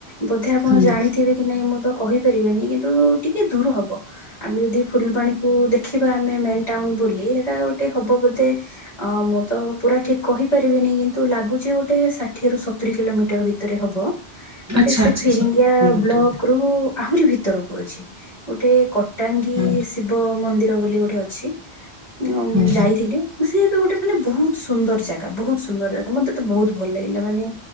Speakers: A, on the left; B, on the right.
A: ବୋଧେ ଆପଣ
B: ହୁଁ
A: ଜାଣିଥିବେ ନାଇ ମୁଁ ତ କହିପାରିବିନି କିନ୍ତୁ ଟିକେ ଦୂର ହବ ଆମେ ଯଦି ଫୁଲଵାଣି କୁ ଦେଖିବା ଆମେ ମେନ ଟାଉନ ବୋଲି ହେଟା ଗୋଟେ ହବ ବୋଧେ ଅ ମୁଁ ତ ପୁରା ଠିକ କହିପାରିବିନି କିନ୍ତୁ ଲାଗୁଛି ଗୋଟେ ଷାଠିଏ ରୁ ସତୁରି କିଲୋମିଟର ଭିତରେ ହବ। ଗୋଟେ
B: ଆଚ୍ଛା
A: ସେ
B: ଆଚ୍ଛା
A: ଫିରିଙ୍ଗିଆ
B: ସତୁରି କିଲୋମିଟର
A: ବ୍ଲକ
B: ହୁଁ
A: ରୁ ଆହୁରି ଭିତରକୁ ଅଛି ଗୋଟେ କ ଟାଙ୍ଗୀ
B: ହୁଁ
A: ଶିବ ମନ୍ଦିର ବୋଲି ଗୋଟେ ଅଛି ଉଁ ଆଁ ଉଁ
B: ହୁଁ
A: ଥିଲେ ସିଏବି ଗୋଟେ ମାନେ ବହୁତ ସୁନ୍ଦର ଜାଗା ବହୁତ ସୁନ୍ଦର ଜାଗା ମତେ ତେ ବହୁତ ଭଲ ଲାଗିଲା ମାନେ